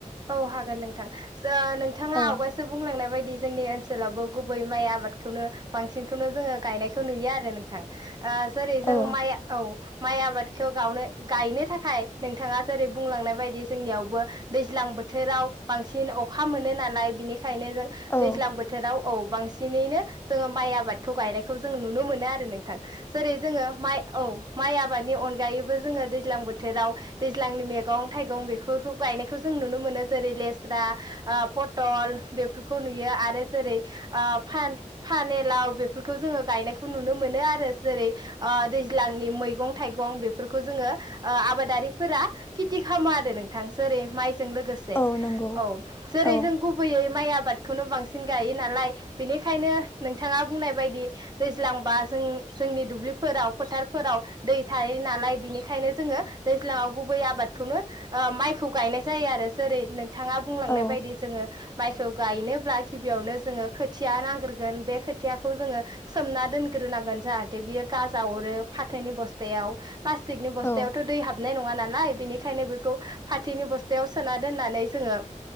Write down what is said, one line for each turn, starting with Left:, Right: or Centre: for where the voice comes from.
Right: औ हागोन नोंथां जा नोंथाङा
Left: औ
Right: आवगायसो बुंलांनाय बाय दि जोंनि ओनसोलावबो गुबै माइ आबादखौनो बांसिनखौनो जोङो गायनायखौ नुयो आरो नोंथां। ओ जेरै जों
Left: औ
Right: माइआ औ माइ आबादखौ गावनो गायनो थाखाय नोंथाङा जेरै बुंलांनाय बायदि जोंनियावबो दै ज्लां बोथोराव बांसिन अखा मोनो नालाय बिनिखायनो जों
Left: औ
Right: दैज्लां बोथोराव औ बांसिन नैनो जोङो माइ आबादखौ गायनायखौ जों नुनो मोनो आरो नोंथां। जेरै जोङो माइ औ माइआ बाद अनगायैबो जोङो दैज्लां बोथोराव दैज्लांनि मैगं थाइगं बेफोरखौ गायनाय खौ जों नुनो मोनो जेरै लेस्रा आ पटल बेफोरखौ नुयो आरो जेरै आ आ फान फानेलाव बेफोरखौ जोङो गायनायखौ नुनो मोनो आरो जेरै आ दैज्लांनि मैगं थाइगं बेफोरखौ जोङो आ आबादारिफोरा खेथि खालामो आरो नोंथां। जेरै माइजों लोगोसे
Left: औ नंगौ
Right: औ जेरै
Left: औ
Right: जों गुबैयै माइ आबाद खौनो बांसिन गायो नालाय बेनिखायनो नोंथाङा बुंनाय बायदि दैज्लांबा जों जोंनि दुब्लिफोराव फोथारफोराव दै थायो नालाय बेनिखायनो जोङो दैज्लांआव गुबै आबादखौ खौनो आ माइखौ गायनाय जायो आरो जेरै नोंथाङा बुंलांनाय
Left: औ
Right: बायदि जोङो माइखौ गायनोब्ला गिबियावनो जोङो खोथिया या नांग्रोगोन बे खोथियाखौ जोङो सोमना दोनग्रोनांगोन जाहाथे बियो गाजा अरो फाथोनि बस्थायाव प्लास्टिकनि बस्थायावथ'
Left: औ
Right: दै हाबनाय नङा नालाय बेनिखायनो बेखौ फाथोनि थायाव सोना दोननानै जोङो